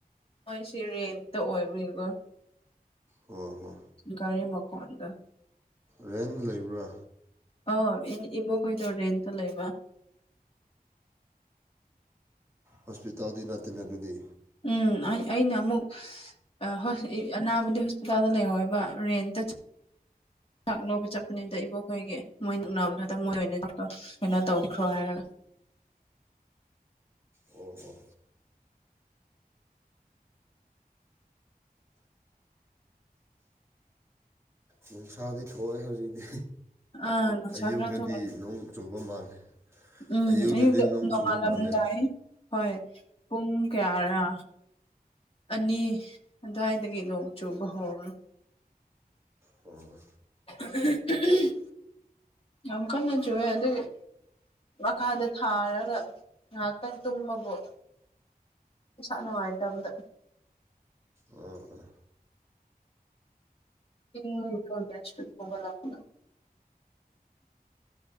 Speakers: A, on the left; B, on the right.
A: ꯃꯣꯏꯁꯤ ꯔꯦꯟꯇ ꯑꯣꯏꯕꯒꯤꯀꯣ
B: ꯍꯣ ꯍꯣ
A: ꯒꯥꯔꯤ ꯃꯈꯣꯟꯗ
B: ꯔꯦꯟꯠ ꯂꯩꯕ꯭ꯔꯥ
A: ꯑꯥꯎ ꯏꯟ ꯏꯕꯣꯛ ꯈꯣꯢꯗꯣ ꯔꯦꯟꯠ ꯇ ꯂꯩꯕ
B: ꯍꯣꯁꯄꯤꯇꯥꯜꯗꯤ ꯅꯠꯇꯦ ꯅ ꯑꯗꯨꯗꯤ
A: ꯎꯝ ꯑꯩ ꯑꯩꯅ ꯑꯃꯨꯛ <unintelligible> ꯑ ꯍꯣꯢ ꯑꯅꯥꯕꯨꯗꯤ ꯍꯣꯁꯄꯤꯇꯥꯜꯗ ꯂꯩꯍꯧꯋꯦꯕ ꯔꯦꯟꯇ ꯆꯠ__ ꯆꯥꯛ ꯂꯧꯕ ꯆꯠꯄꯅꯤꯗ ꯏꯕꯣꯛꯈꯣꯏꯒꯤ ꯃꯣꯏ ꯅꯛꯅꯕꯗꯨꯗ ꯃꯣꯏ ꯑꯣꯏꯅ ꯆꯠꯄ__ ꯀꯩꯅꯣ ꯇꯧꯕꯤꯈ꯭ꯔꯣ ꯍꯥꯏꯔꯒ
B: ꯑꯣ ꯑꯣ ꯅꯨꯡꯁꯥꯗꯤ ꯊꯣꯛꯑꯦ ꯍꯧꯖꯤꯛꯇꯤ
A: ꯑꯥ ꯅꯨꯡꯁꯥ
B: ꯑꯌꯨꯛꯗꯗꯤ
A: ꯈꯔ ꯊꯣꯛꯑꯦ
B: ꯅꯣꯡ ꯆꯨꯕ ꯃꯥꯜꯂꯦ
A: ꯎꯝ
B: ꯑꯌꯨꯛꯇꯗꯤ
A: ꯑꯌꯨꯛꯇ
B: ꯅꯣꯡ
A: ꯅꯣꯡꯉꯥꯜꯂꯝꯗꯥꯏ
B: ꯆꯨꯕ ꯃꯥꯜꯂꯦ
A: ꯍꯣꯏ ꯄꯨꯡ ꯀꯌꯥꯔꯥ ꯑꯅꯤ ꯑꯗ꯭ꯋꯥꯏꯗꯒꯤ ꯅꯣꯡ ꯆꯨꯕ ꯍꯧꯔꯕꯅꯦ
B: ꯍꯧꯔꯕ
A: <unintelligible> ꯌꯥꯝ ꯀꯟꯅ ꯆꯨꯌꯦ ꯑꯗꯨꯒꯤ ꯃꯈꯥꯗ ꯊꯥꯔꯒ ꯉꯥꯏꯍꯛꯇꯪ ꯇꯨꯝꯕꯕꯨ ꯏꯁꯥ ꯅꯨꯡꯉꯥꯏꯇꯕꯗ
B: ꯑꯥ ꯑꯥ
A: ꯏꯤꯟꯕꯒꯤꯀꯣ ꯕꯦꯆꯇꯩ ꯍꯧꯒꯠꯂꯛꯄꯗ